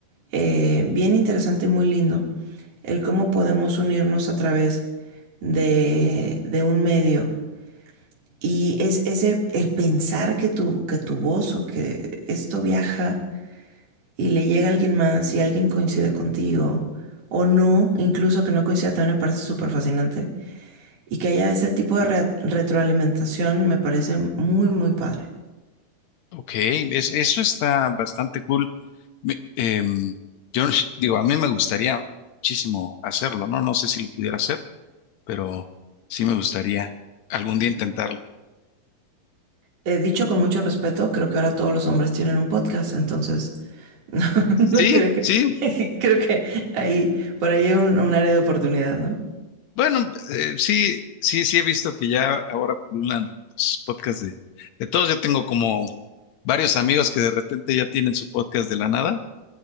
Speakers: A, on the right (about 45°); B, on the left (about 85°).
A: eh, bien interesante y muy lindo el cómo podemos unirnos a través de, de un medio. Y es ese, el pensar que tu, que tu voz o que esto viaja y le llega alguien más y alguien coincide contigo o no, incluso que no coincida también me parece súper fascinante y que haya ese tipo de re- retroalimentación me parece muy, muy padre.
B: Ok, es- eso está bastante cool. Me- em, yo <laughs> digo, a mí me gustaría muchísimo hacerlo, ¿no? No sé si lo pudiera hacer, pero sí me gustaría algún día intentarlo.
A: Eh, dicho con mucho respeto, creo que ahora todos los hombres tienen un podcast, entonces <laughs> no,
B: Sí,
A: no creo que
B: sí,
A: <laughs> creo que ahí por ahí hay un, un área de oportunidad, ¿no?
B: bueno, eh, sí, sí, sí he visto que ya ahora pululan los podcasts de, de todos. Yo tengo como varios amigos que de repente ya tienen su podcast de la nada.